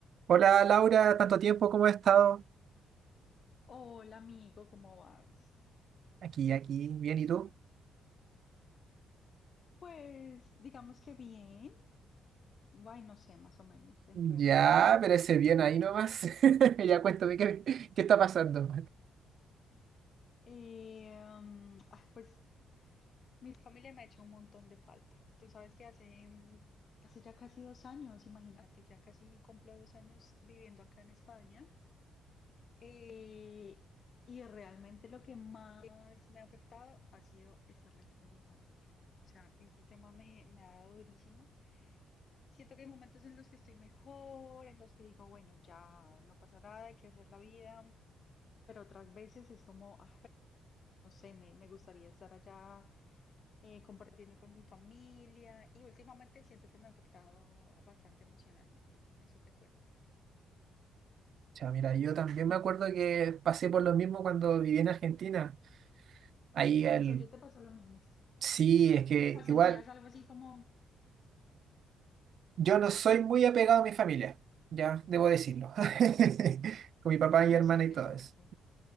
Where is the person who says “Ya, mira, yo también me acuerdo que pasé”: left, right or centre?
Right